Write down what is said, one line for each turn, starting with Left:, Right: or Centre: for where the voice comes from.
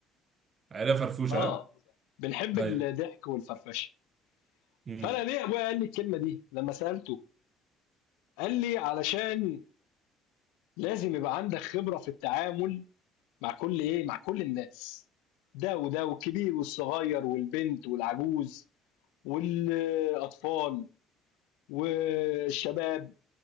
Right: عيلة فرفوشة
Left: آه،
Right: ها؟
Left: بنحب
Right: ايوه
Left: الضحك والفرفشة،
Right: مم.
Left: فأنا ليه أبويا قال لي الكلمة دي لمّا سألته؟ قال لي: "علشان لازم يبقى عندك خبرة في التعامل" مع كل ايه مع كل الناس ده وده والكبير والصغير والبنت والعجوز والاطفال والشباب